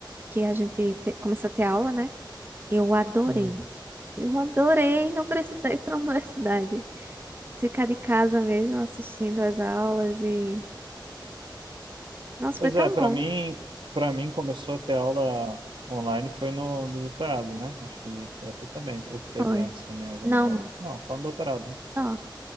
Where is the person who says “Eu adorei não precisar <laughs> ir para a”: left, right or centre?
Right